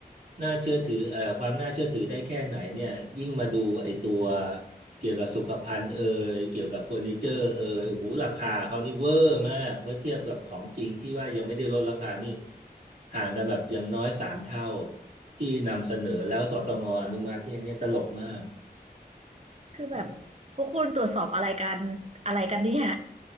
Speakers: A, on the right; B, on the right.
A: น่าเชื่อถือเอ่อความน่าเชื่อถือได้แค่ไหนเนี่ยยิ่งมาดูไอ้ตัวเกี่ยวกับสุขภัณฑ์เอ่ยเกี่ยวกับเฟอร์นิเจอร์เอ่ยโอ้โหราคาเขานี่เวอร์มากเมื่อเทียบกับของจริงที่ว่ายังไม่ได้ลดราคานี่ห่างกันแบบอย่างน้อยสามเท่าที่นำเสนอแล้วสตงอนุมัติเนี่ยเนี่ยตลกมาก
B: คือแบบพวกคุณตรวจสอบอะไรกันอะไรกันเนี่ย